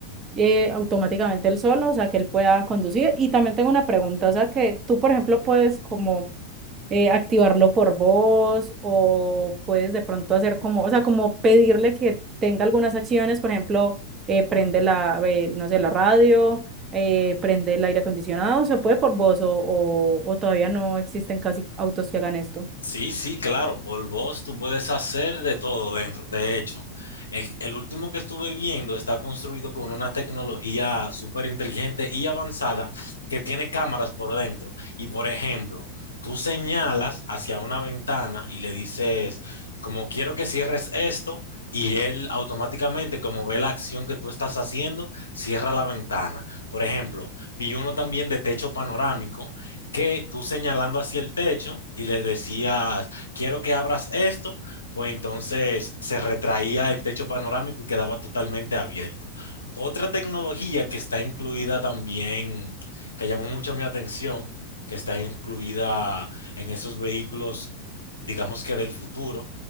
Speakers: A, on the right (about 30°); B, on the left (about 75°).
A: eh, automáticamente él solo, o sea, que él pueda conducir. Y también tengo una pregunta, o sea, que tú, por ejemplo, puedes como eh, activarlo por voz o puedes de pronto hacer como, o sea, como pedirle que tenga algunas acciones, por ejemplo, eh, prende la, eh, no sé, la radio, eh, prende el aire acondicionado, se puede por voz o, o, o todavía no existen casi autos que hagan esto.
B: Sí, sí, claro, por voz tú puedes hacer de todo dentro. De hecho, el, el último que estuve viendo está construido con una tecnología súper inteligente y avanzada que tiene cámaras por dentro. Y por ejemplo, tú señalas hacia una ventana y le dices, como quiero que cierres esto, y él automáticamente, como ve la acción que tú estás haciendo, cierra la ventana. Por ejemplo, vi uno también de techo panorámico que tú señalando hacia el techo y le decías, quiero que abras esto, pues entonces se retraía el techo panorámico y quedaba totalmente abierto. Otra tecnología que está incluida también, que llamó mucho mi atención, que está incluida en esos vehículos, digamos que del futuro,